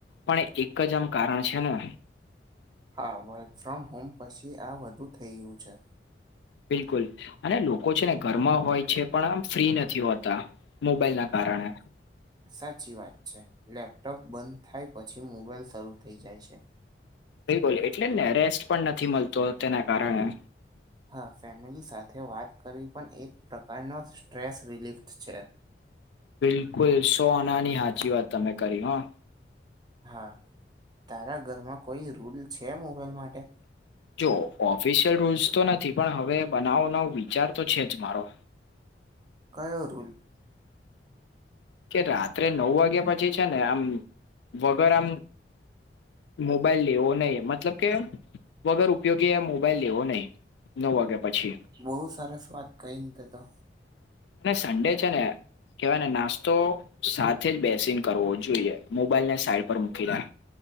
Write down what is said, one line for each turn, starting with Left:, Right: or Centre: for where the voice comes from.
Left: પણ એક જ આમ કારણ છે ને.
Right: હા. વર્ક ફ્રોમ હોમ પછી આ વધુ થઈ ગયું છે.
Left: બિલકુલ. અને લોકો છે ને ઘરમાં હોય છે, પણ આમ ફ્રી નથી હોતા. મોબાઈલ ના કારણે.
Right: સાચી વાત છે. લેપટોપ બંધ થાય પછી મોબાઈલ શરૂ થઈ જાય છે.
Left: બિલકુલ એટલે જ ને રેસ્ટ પણ નથી મળતો તેના કારણે.
Right: હા. ફેમિલી સાથે વાત કરવી પણ એક પ્રકારનો સ્ટ્રેસ રિલીફ છે.
Left: બિલકુલ સો આના ની હાચી વાત તમે કહિ હા.
Right: હા તારા ઘરમાં કોઈ રૂલ છે મોબાઈલ માટે?
Left: જો ઓફિશિયલ રૂલ્સ તો નથી પણ હવે બનાવવાનો વિચાર તો છે જ મારો.
Right: કયો રુલ?
Left: કે રાત્રે નવ વાગ્યા પછી છે ને આમ વગર આમ મોબાઈલ લેવો નહીં મતલબ કે વગર ઉપયોગી એ મોબાઈલ લેવો નહીં. નવ વાગ્યા પછી
Right: બો સરસ વાત કહીને તે તો.
Left: અને સન્ડે છે ને કેહવાય ને નાસ્તો સાથે જ બેસીને કરવો જોઈએ મોબાઈલ ને સાઈડ પર મૂકી રા